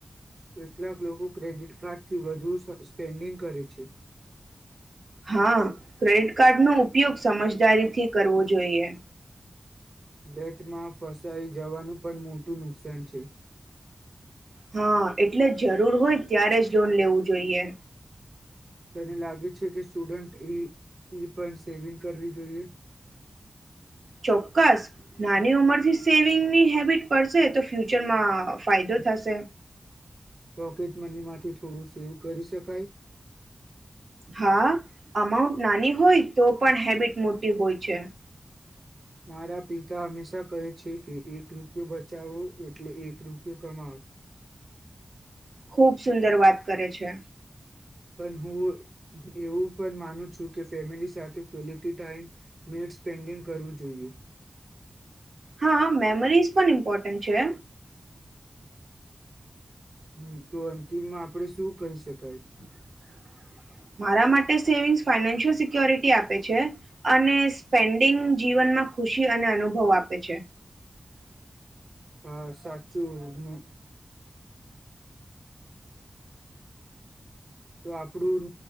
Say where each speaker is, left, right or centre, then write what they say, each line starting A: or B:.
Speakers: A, on the right; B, on the right.
A: કેટલાક લોકો ક્રેડિટ કાર્ડથી વધુ સ્પેન્ડિંગ કરે છે
B: હા ક્રેડિટ કાર્ડનો ઉપયોગ સમજદારીથી કરવો જોઈએ.
A: ડેટમાં ફસાઈ જવાનું પણ મોટું નુકસાન છે
B: હા એટલે જરૂર હોય ત્યારે જ લોન લેવું જોઈએ
A: તેને લાગે છે કે સ્ટુડન્ટ ઈ ઈપણ સેવિંગ કરવી જોઈએ
B: ચોક્કસ નાની ઉંમરથી સેવિંગની હેબિટ પડશે તો ફ્યુચરમાં અ ફાયદો થશે.
A: પોકેટ મની માંથી થોડું સેવ કરી શકાય
B: હા અમાઉન્ટ નાની હોય તો પણ હેબિટ મોટી હોય છે
A: મારા પિતા હંમેશાં કહે છે કે એક રૂપિયો બચાવો એટલે એક રૂપિયો કમાવો
B: ખૂબ સુંદર વાત કરે છે.
A: પણ હું એવું પણ માનું છું કે ફેમિલી સાથે ક્વલટી ટાઈમ મેટ સ્પેન્ડિંગ કરવું જોઈએ.
B: હા મેમરીઝ પણ ઇમ્પોર્ટન્ટ છે.
A: હમ તો અંતિમમાં આપડે શું કહી શકીએ
B: <unintelligible> મારા માટે સેવિંગ્સ ફાઈનાન્શિયલ સિક્યોરિટી આપે છે અને સ્પેન્ડિંગ જીવનમાં ખુશી અને અનુભવ આપે છે
A: હા સાચું હું તો આપડું